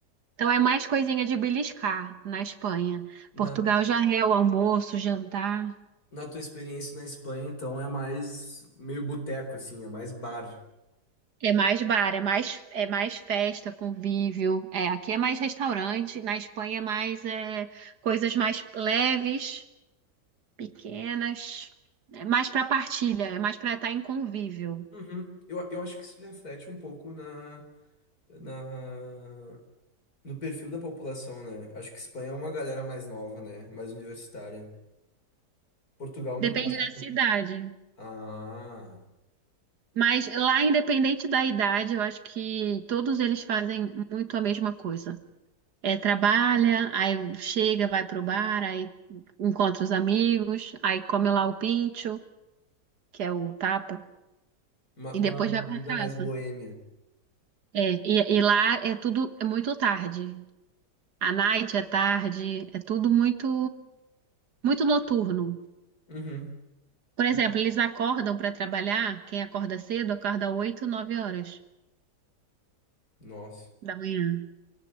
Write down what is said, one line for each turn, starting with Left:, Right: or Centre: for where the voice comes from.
Right: Então, é mais coisinha de beliscar na Espanha.
Left: Na,
Right: Portugal já é o almoço, jantar.
Left: na tua experiência na Espanha, então, é mais meio boteco, assim, é mais bar.
Right: É mais bar, é mais, é mais festa, convívio. É, aqui é mais restaurante. Na Espanha é mais é, coisas mais leves, pequenas. É mais pra partilha, é mais pra estar em convívio.
Left: Uhum. Eu, eu acho que isso reflete um pouco na, na no perfil da população, né? Acho que Espanha é uma galera mais nova, né? Mais universitária. Portugal me
Right: Depende
Left: passa.
Right: da cidade.
Left: por- Ah,
Right: Mas lá, independente da idade, eu acho que todos eles fazem muito a mesma coisa. É, trabalha, aí chega, vai pro bar, aí encontra os amigos, aí come lá o pincho, que é o tapa,
Left: uma, uma,
Right: e depois
Left: uma
Right: vai pra
Left: vida
Right: casa.
Left: mais boêmia.
Right: É, e, e lá é tudo é muito tarde. A night é tarde, é tudo muito muito noturno.
Left: Uhum.
Right: Por exemplo,
Left: uhum.
Right: eles acordam para trabalhar, quem acorda cedo acorda 8 9 horas
Left: Nossa,
Right: da manhã.